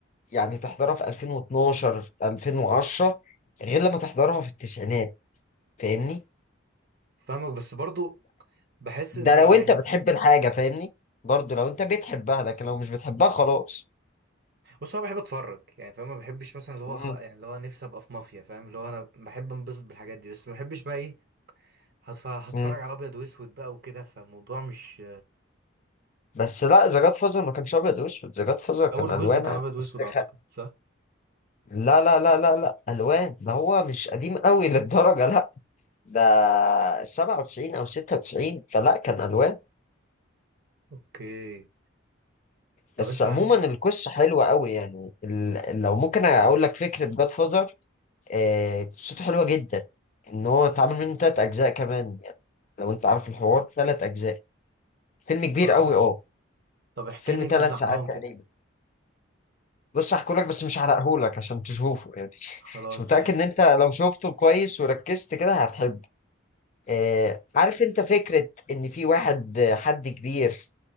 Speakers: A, on the left (about 35°); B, on the right (about 50°).
A: يعني تحضرها في 2012 في 2010 غير لما تحضرها في التسعينات فاهمني
B: فاهمك بس برضو بحس
A: ده
B: ان
A: لو
B: يعني
A: انت بتحب
B: في
A: الحاجة فاهمني برضو لو انت بتحبها لكن لو مش بتحبها خلاص
B: بص انا بحب اتفرج يعني فاهم ما بحبش مثلا اللي هو
A: مم.
B: خ... يعني اللي هو نفسي ابقى في مافيا فاهم اللي هو انا بحب انبسط بالحاجات دي بس ما بحبش بقى ايه هتف... هتفرج
A: مم.
B: على ابيض واسود بقى وكده فالموضوع مش
A: بس لا ذا جاد فازر ما كانش ابيض واسود ذا جاد فازر كان
B: اول
A: الوان
B: جزء كان
A: عادي
B: ابيض واسود
A: بس
B: اعتقد
A: خ-
B: صح
A: لا لا لا لا لا الوان ده هو مش قديم قوي <laughs> للدرجة لا ده 97 او 96 فلا كان الوان
B: اوكي طب
A: بس
B: انت
A: عموما
B: عندك
A: القصة حلوة قوي يعني ال... لو ممكن اقول لك فكرة جاد فازر آه، قصته حلوة جدا ان هو اتعمل منه تلات اجزاء كمان يعني لو انت عارف الحوار تلات اجزاء فيلم كبير
B: اه
A: قوي اه
B: طب احكي
A: فيلم
B: لي
A: تلات
B: نبذة
A: ساعات
B: عنهم
A: تقريبا
B: كده
A: بص هحكوا لك بس مش هحرقهولك عشان تشوفه يعني
B: خلاص
A: مش متأكد
B: ماشي
A: ان انت لو شفته كويس وركزت كده هتحب آه عارف انت فكرة ان في واحد آه، حد كبير